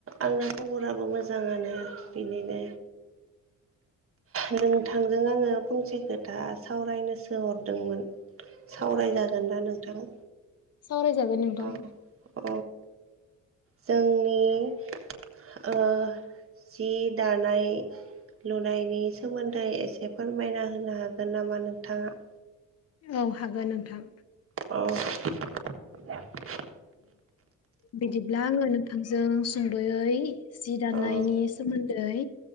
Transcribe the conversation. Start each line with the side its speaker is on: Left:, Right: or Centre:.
Right: आंना खबराबो मोजाङानो बिनिनो नोंथांजों आङो फंसे खोथा सावरायनोसो हरदोंमोन सावरायजागोन दा नोंथां
Left: सावरायजागोन नोंथां
Right: औ औ जोंनि ओ जि दानाय लुनायनि सोमोन्दै एसे फोरमायना होनो हागोन नामा नोंथाङा
Left: औ हागोन नोंथां
Right: औ
Left: बिदिब्ला आङो नोंथांजों सुंद'यै जि दानायनि
Right: औ
Left: सोमोन्दै दै